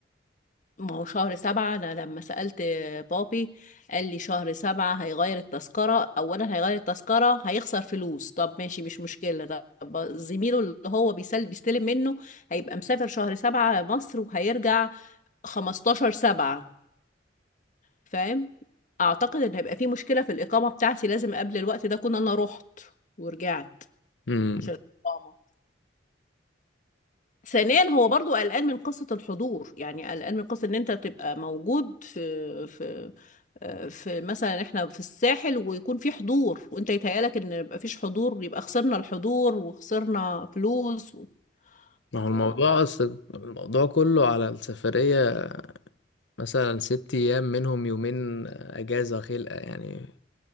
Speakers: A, on the left; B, on the left.
A: ما هو شهر سبعة أنا لما سألت بابي قال لي شهر سبعة هيغير التذكرة أولا هيغير التذكرة هيخسر فلوس طب ماشي مش مشكلة طب زميله اللي هو بيسل بيستلم منه هيبقى مسافر شهر سبعة مصر وهيرجع خمستاشر سبعة فاهم أعتقد إن هيبقى في مشكلة في الإقامة بتاعتي لازم قبل الوقت ده أكون أنا رحت ورجعت
B: امم
A: مش الإقامة ثانيا هو برضو قلقان من قصة الحضور يعني قلقان من قصة ان انت تبقى موجود في في آه، في مثلا احنا في الساحل ويكون في حضور وانت يتهيألك ان يبقى فيش حضور يبقى خسرنا الحضور وخسرنا فلوس و-
B: ما هو الموضوع
A: ف-
B: اصل الموضوع كله على السفرية مثلا ست ايام منهم يومين اجازة خلقة يعني